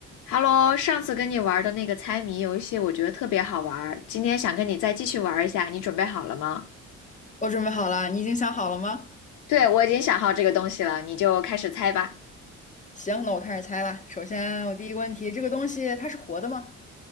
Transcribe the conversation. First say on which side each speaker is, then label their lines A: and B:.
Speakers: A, on the left (about 80°); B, on the left (about 25°).
A: Hello，上次跟你玩的那个猜谜游戏，我觉得特别好玩儿，今天想跟你再继续玩一下，你准备好了吗？
B: 我准备好了，你已经想好了吗？
A: 对，我已经想好这个东西了，你就开始猜吧。
B: 行，那我开始猜了。首先，我第一个问题，这个东西它是活的吗？